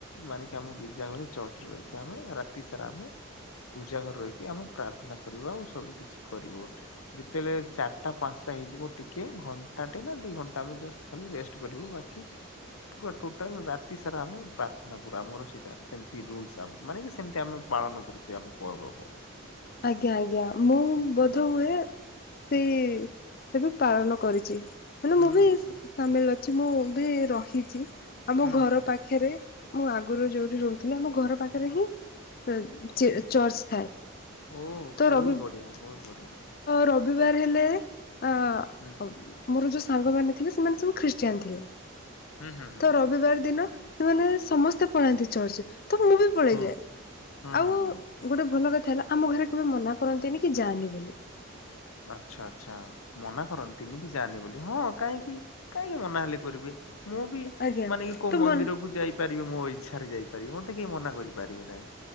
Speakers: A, on the left (about 80°); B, on the left (about 45°).
A: ମାନେ କି ଆମ ଗିର୍ଜା ଘରେ ଚର୍ଚ୍ଚରେ ରହିକି ଆମେ ରାତି ସାରା ଆମେ ଉଜାଗର ରହିକି ଆମେ ପ୍ରାର୍ଥନା କରିବୁ ଆଉ ସବୁ କିିଛି କରିବୁ। ଯେତେବେଳେ ଚାରିଟା ପାଞ୍ଚଟା ହେଇଯିବ ଟିକେ ଘଣ୍ଟା ଟେ ନା ଦିଇ ଘଣ୍ଟା ଆମେ ଜଷ୍ଟ ଖାଲି ରେଷ୍ଟ କରିବୁ ବାକି <unintelligible> ଟୋଟାଲ ରାତି ସାରା ଆମେ ପାର୍ କରୁ ଆମର ସେଇଟା ସେମିତି ରୁଲ୍ସ ମାନେ ସେମିତି ଆମେ ପାଳନ କରୁ ସେ ଆମ ପର୍ବକୁ।
B: ଆଜ୍ଞା ଆଜ୍ଞା ମୁଁ
A: ହୁଁ
B: ବୋଧ ହୁଏ ସେଇ ସେ ବି ପାଳନ କରିଛି ମାନେ
A: ହୁଁ
B: ମୁଁ ବି
A: ହୁଁ
B: ସାମିଲ ଅଛି ମୁଁ ବି ରହିଛି। ଆମ
A: ହୁଁ
B: ଘର
A: ହୁଁ
B: ପାଖରେ ମୁଁ ଆଗରୁ ଯୋଉଠି ରହୁଥିଲି ଆମ ଘର ପାଖରେ
A: ହୁଁ।
B: ହିଁ ଚି ଚର୍ଚ୍ଚ ଥାଏ।
A: ଓ
B: ତ
A: ବହୁତ
B: ରବି
A: ବଢ଼ିଆ ବହୁତ ବଢ଼ିଆ।
B: ରବିବାର ହେଲେ ଅ
A: ହୁଁ
B: ମୋର ଯୋଉ ସାଙ୍ଗମାନେ ଥିଲେ ସେମାନେ ସବୁ ଖ୍ରୀଷ୍ଟିଆନ ଥିଲେ
A: ହୁଁ ହୁଁ ହୁଁ।
B: ତ ରବିବାର ଦିନ। ସେମାନେ ସମସ୍ତେ ପଳାନ୍ତି ଚର୍ଚ୍ଚ ତ ମୁଁ ବି ପଳେଇଯାଏ
A: ହୁଁ। ହୁଁ
B: ଆଉ
A: ହୁଁ ହୁଁ।
B: ଗୋଟେ ଭଲ କଥା ହେଲା ଆମ ଘରେ କେବେ ମନା କରନ୍ତିନି କି ଯାଆନି ବୋଲି।
A: ଆଚ୍ଛା ଆଛା ମନା କରନ୍ତିନି କି ଯାନି ବୋଲି ହଁ କାହିଁକି? କାହିଁକି ମନା ହେଲେ କରିବେ ମୁଁ ବି
B: ଆଜ୍ଞା
A: ମାନେ କି କୋଉ
B: ତ
A: ମନ୍ଦିରକୁ
B: ମନ
A: ଯାଇି ପାରିବି ମୋ ଇଚ୍ଛାରେ ଯାଇପାରିବି ମତେ କେହି ମନା କରିପାରିବେ ନାହିଁ